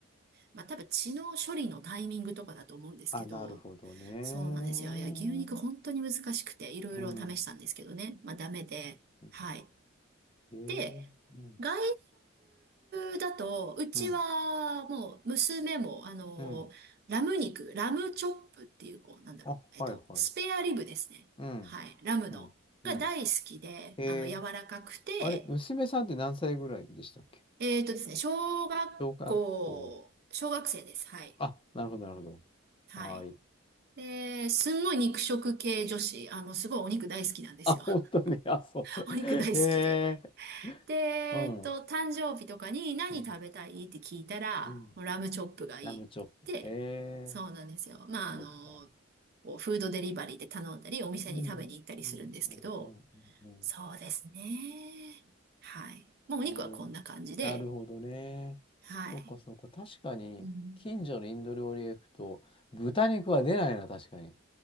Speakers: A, on the right; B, on the left.
A: まあ、多分血の処理のタイミングとかだと思うんですけど、
B: か。あ、なるほどね。うん、
A: そうなんですよ。いや、牛肉本当に難しくて、いろいろ試したんですけどね。
B: うん。
A: まあ、ダメで。
B: うん
A: はい。
B: えー、
A: で、
B: うん、
A: 外食だと、うちはもう娘も、
B: うん、
A: あの、
B: うん。
A: ラム肉、ラムチョップっていう、こう、なんだろう、
B: あ、
A: えっと、
B: はいはい。
A: スペアリブですね。
B: うん、
A: はい、ラムの。
B: うん、うん。
A: が大好きで、
B: え
A: あの、柔らかくて、
B: ー、あれ、娘さんって何歳ぐらいでしたっけ
A: えっとですね、小学校、
B: 小学校。
A: 小学生です。はい。
B: あ、なるほど、なるほど。
A: はい。
B: はい。
A: で、すんごい肉食系女子、あの、すごいお肉大好きなんですよ。
B: あ、本当に、あ、そう。
A: <laughs> お肉大好きで。
B: <laughs> へえ、
A: で、えっと、
B: うん、う
A: 誕生日とかに何食べたいって聞いたら、
B: ん、うん。
A: もうラムチョップがいいって言って、
B: ラムチョップ。へえ、
A: そうなんですよ。まあ、あの、
B: そっか。
A: こうフードデリバリーで頼んだり、お店に食べに行ったりするんですけど、
B: うん、うん、うん、うん、うん。うん
A: そうですね。はい。もうお肉はこんな感じで、
B: へえ、なるほどね。
A: はい。
B: そっか、そっか。確かに、
A: うん
B: 近所のインド料理屋行くと、豚肉は出ないな、確かに。